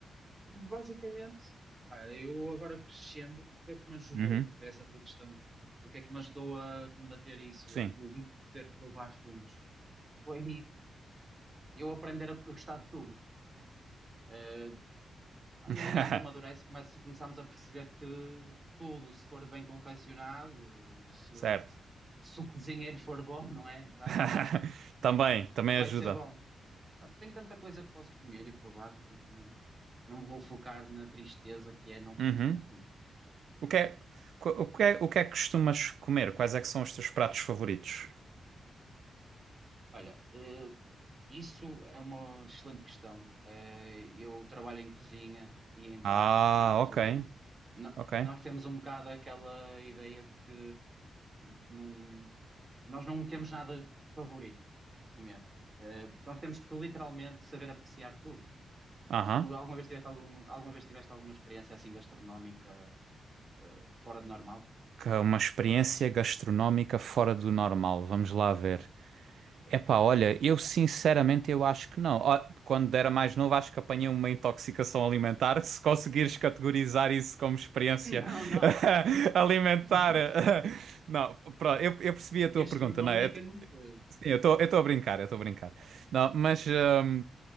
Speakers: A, on the right (about 25°); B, on the right (about 75°).
A: Basicamente, pá, eu agora crescendo, o que é que me ajudou?
B: Uhum.
A: Essa é a tua questão. O que é que me ajudou a combater isso?
B: Sim.
A: O, o poder provar fungos? Foi eu aprender a gostar de tudo. né? Eh, à medida
B: <laughs>
A: que a gente amadurece, começa, começamos a perceber que tudo, se for bem confeccionado, se,
B: Certo.
A: se o cozinheiro for bom, <laughs> não é? Entre aspas,
B: <laughs> Também,
A: vai
B: também ajuda.
A: ser bom. Portanto, tem tanta coisa que posso comer e provar, portanto, não, não me vou focar na tristeza que é não poder
B: Uhum.
A: comer fungos.
B: O que é, co- o que é, o que é que costumas comer? Quais é que são os teus pratos favoritos?
A: Olha, eh, Isso é uma excelente questão. Eh, Eu trabalho em cozinha e em
B: Ah,
A: bar, portanto,
B: ok,
A: no-
B: ok.
A: nós temos um bocado aquela ideia de que não, nós não temos nada favorito de comer. Eh, Porque nós temos que literalmente saber apreciar tudo.
B: Aham.
A: Tu alguma vez tiveste algum, alguma vez tiveste alguma experiência assim gastronómica, eh, fora de normal?
B: Que é uma experiência gastronómica fora do normal. Vamos lá ver. Epá, olha, eu sinceramente eu acho que não. Ó, Quando era mais novo, acho que apanhei uma intoxicação alimentar. <laughs> Se conseguires categorizar isso como experiência
A: Não, não.
B: <laughs> alimentar.
A: <laughs>
B: <laughs> Não, pronto, eu, eu percebi
A: A
B: a tua
A: gastronómica
B: pergunta, não é? Eu t-
A: não foi.
B: Sim, eu estou eu estou a brincar, eu estou a brincar. Não, mas eh,